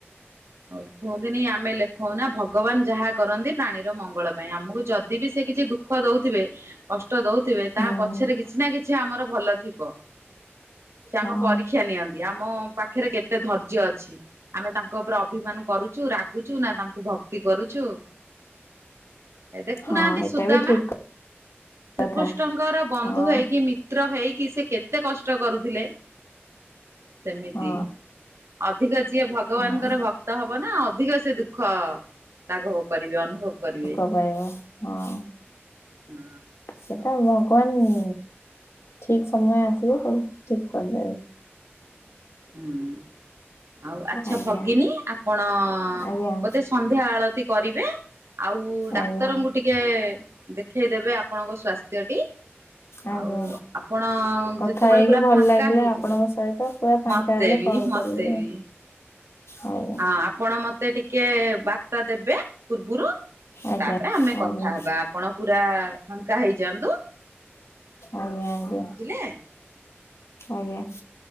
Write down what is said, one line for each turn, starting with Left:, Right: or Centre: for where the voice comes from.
Right: ହଉ କୁହନ୍ତିନି ଆମେ ଲେଖଉ ନା ଭ ଭଗବାନ ଯାହା କରନ୍ତି, ପ୍ରାଣୀର ମଙ୍ଗଳ ପାଇଁ ଆମକୁ ଯଦି ବି ସେ କିଛି ଦୁଃଖ ଦଉଥିବେ କଷ୍ଟ ଦଉଥିବେ
Left: ହୁଁ
Right: ତା ପଛରେ କିଛି ନା କିଛି ଆମର ଭଲ ଥିବ ସେ ଆମ
Left: ହଁ
Right: ପରୀକ୍ଷା ନିଅନ୍ତି ଆମ ପାଖରେ କେତେ ଧୈର୍ଯ୍ୟ ଅଛି। ଆମେ ତାଙ୍କ ଉପରେ ଅଭିମାନ କରୁଛୁ ରାଗୁଛୁ ନା ତାଙ୍କୁ ଭକ୍ତି କରୁଛୁ ଏ ଦେଖୁନାହାନ୍ତି
Left: ହଁ ଏଇଟା
Right: ସୁଦାମା
Left: ବି ଠିକ
Right: ଶ୍ରୀକୃଷ୍ଣଙ୍କର
Left: କଥା
Right: ବନ୍ଧୁ
Left: ହଁ
Right: ହେଇକି ବି ପୁତ୍ର ହେଇକି ସେ କେତେ କଷ୍ଟ କରୁଥିଲେ? ସେମିତି
Left: ହଁ
Right: ଅଧିକ ଯିଏ ଭଗବାନଙ୍କର
Left: ହଁ।
Right: ଭକ୍ତ ହବ ନା ଅଧିକ ସେ ଦୁଃଖ ତାଙ୍କୁ କରିବେ ଅନୁଭବ କରିବେ।
Left: ହ ଭ <unintelligible> ହଁ
Right: ହୁଁ
Left: ସେଟା ଭଗବାନ ଠିକ ସମୟ ଆସିବ ସବୁ ଠିକ କରିଦେବେ।
Right: ହୁଁ ଆଉ ଆଚ୍ଛା
Left: ଆଜ୍ଞା
Right: ଭଗିନୀ ଆପଣ
Left: ଆଜ୍ଞା
Right: ବୋଧେ ଶ ସନ୍ଧ୍ୟା ଆଳତି କରିବେ ଆଉ ଡାକ୍ତରଙ୍କୁ
Left: ଆଜ୍ଞା
Right: ଟିକେ ଦେଖେଇଦେବେ ଆପଣଙ୍କ ସ୍ୱା ଦଟି
Left: ଆଜ୍ଞା।
Right: ଆଉ ଆପଣ
Left: କଥା
Right: ଯେତେବେଳେ
Left: ହେଇକି
Right: ପୁରା
Left: ଭଲ
Right: ଫାଙ୍କା
Left: ଲାଗିଲା
Right: ହେଇଯିବେ
Left: ଆପଣଙ୍କ ସହିତ ପୁରା ଫାଙ୍କା
Right: ମତେ
Left: ହେଲେ
Right: ବି
Left: କଲ୍
Right: ମତେ
Left: କରିବି।
Right: ବି
Left: ଆଉ ହୋଉ
Right: ହଁ ଆପଣ ମତେ ଟିକେ ବାର୍ତ୍ତା ଦେବେ ପୂର୍ବୁରୁ।
Left: ଆଜ୍ଞା
Right: ତାପରେ ଆମେ କଥା
Left: ଆଜ୍ଞା
Right: ହେବା ଆପଣ ପୁରା ଫାଙ୍କା ହେଇଯାଆନ୍ତୁ।
Left: ଆଜ୍ଞା ଆଜ୍ଞା
Right: ବୁଝିଲେ
Left: ଆଜ୍ଞା